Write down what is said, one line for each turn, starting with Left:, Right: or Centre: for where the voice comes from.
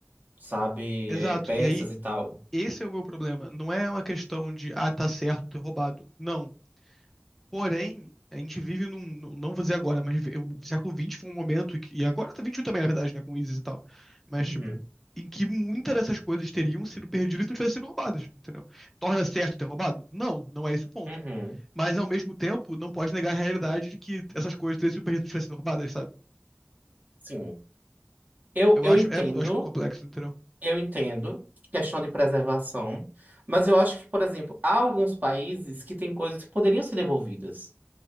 Right: sabe,
Centre: Exato.
Right: é, persas
Centre: E aí,
Right: e tal.
Centre: esse é o meu problema. Não é uma questão de, ah, tá certo ter roubado. Não. Porém, a gente vive num, num- não vou dizer agora, mas vi- o século XX foi um momento, que, e agora tá 21 também, na verdade, né, com o ISIS e tal. Mas,
Right: Uhum,
Centre: tipo, em que muitas dessas coisas teriam sido perdidas se não tivessem sido roubadas, entendeu? Torna certo ter roubado? Não, não é esse o ponto.
Right: uhum,
Centre: Mas, ao mesmo tempo, não pode negar a realidade de que essas coisas teriam sido perdidas se não tivessem sido roubadas, sabe?
Right: sim. Eu,
Centre: Eu
Right: eu
Centre: acho,
Right: entendo,
Centre: é, mu- eu acho muito complexo, entendeu?
Right: eu entendo, questão de preservação, mas eu acho que, por exemplo, há alguns países que têm coisas que poderiam ser devolvidas.